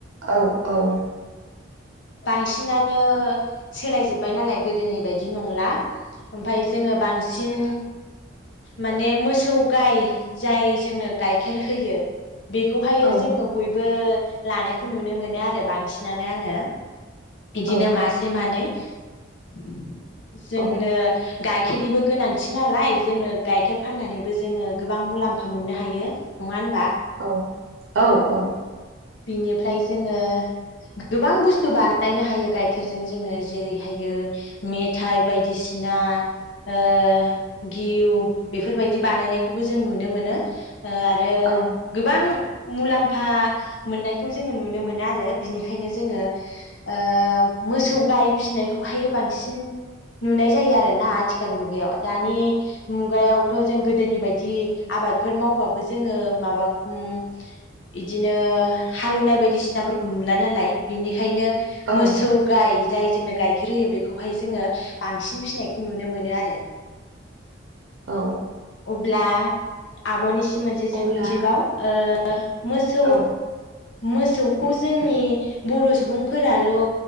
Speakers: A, on the right; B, on the left.
A: औ औ
B: बांसिनानो सोलायजोब्बाय नालाय गोदोनि बायदि नंला ओमफाय जोङो बांसिन माने मोसौ गाय जाय जोंनो गाइखेर होयो बेखौहायो
A: औ
B: जोङो बय बो लानायखौ नुनो मोनो आरो बांसिनानो आङो बिदिनो
A: औ
B: मासे मानै <unintelligible> जोंनो
A: औ
B: गाइखेरनिबो गोनांथि नालाय जोंनो गाइखेर फाननानैबो जोङो गोबां मुलाम्फा मोननो हायो। नङा होन
A: औ औ औ
B: बिनिफ्राय जोङो गोबां बुस्थ थु बानायनो हायो गाइखेरजों जोङो जेरैहायो मेथाइ बायदिसिना ओ गिउ बेफोरबायदि बानायनायखौबो जों नुनो मोनो ओ आरो
A: औ
B: गोबां मुलाम्फा मोननायखौ जोङो नुनो मोनो आरो बिनिखायनो जोङो ओ मोसौ गाय फिसिनायखौहाय बांसिन नुनाय जायो आरो ना आथिखाल मुगायाव दानि मुगायावथ जों गोदोनि बायदि आबादफोर मावबाबो जोङो माबा उम इदिनो हालौवनाय बायदिसिनाफोरखौ नुला नालाय बिनि खायनो
A: औ
B: मोसौ गाय जाय जोंनो गाइखेर होयो बेखौहाय जोङो बांसिन फिसिनायखौ नुनो मोनो आरो
A: औ
B: ब्ला आब'नि मोनसे सोंथिबाव
A: अब्ला
B: ओ ओ मोसौ
A: औ
B: मोसौखौ जोंनि बर' सुबुंफोराल ओ